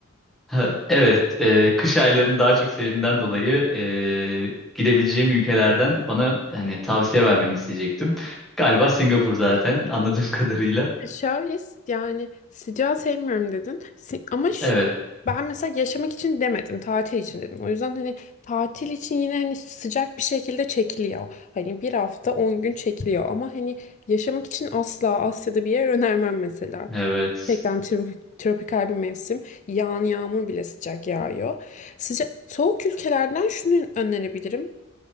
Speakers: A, in the centre; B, on the left.
A: Ha, Evet, e, kış aylarını daha çok sevdiğimden dolayı e, gidebileceğim ülkelerden bana yani tavsiye vermeni isteyecektim. Galiba Singapur zaten anladığım <laughs> kadarıyla.
B: Şayet yani sıcağı sevmiyorum dedin. Si- Ama ş-
A: Evet,
B: ben mesela yaşamak için demedim, tatil için dedim. O yüzden hani tatil için yine hani sıcak bir şekilde çekiliyor. Hani bir hafta 10 gün çekiliyor ama hani yaşamak için asla Asya'da bir yer önermem mesela.
A: evet.
B: Gerçekten tro- tropikal bir mevsim. Yağan yağmur bile sıcak yağıyor. Sıcak soğuk ülkelerden şunu önerebilirim.